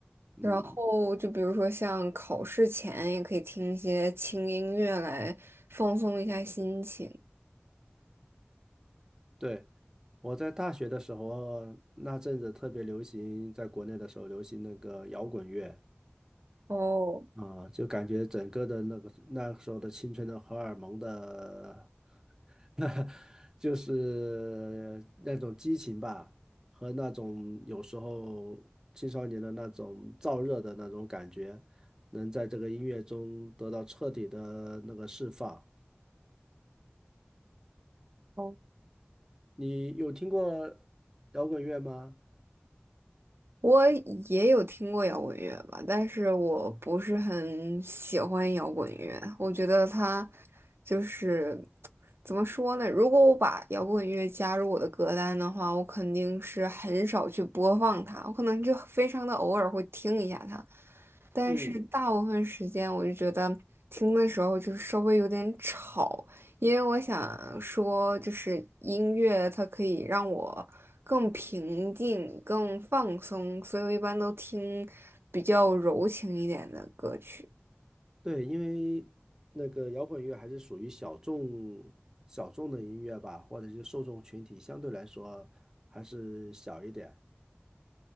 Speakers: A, on the right; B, on the right.
A: 嗯，
B: 然后就比如说像考试前也可以听一些轻音乐来放松一下心情。
A: 对。我在大学的时候，那阵子特别流行，在国内的时候流行那个摇滚乐。
B: 哦
A: 啊，就感觉整个的那个那时候的青春的荷尔蒙的，<laughs> 就是那种激情吧，和那种有时候青少年的那种燥热的那种感觉，能在这个音乐中得到彻底的那个释放。
B: 哦，
A: 你有听过摇滚乐吗？
B: 我也有听过摇滚乐吧，但是我不是很喜欢摇滚乐。我觉得它就是怎么说呢？如果我把摇滚乐加入我的歌单的话，我肯定是很少去播放它，我可能就非常的偶尔会听一下它，但是大部分时间我就觉得听的时候就稍微有点吵，
A: 嗯。
B: 因为我想说，就是音乐它可以让我更平静、更放松，所以我一般都听比较柔情一点的歌曲。
A: 对，因为那个摇滚乐还是属于小众小众的音乐吧，或者是受众群体相对来说还是小一点。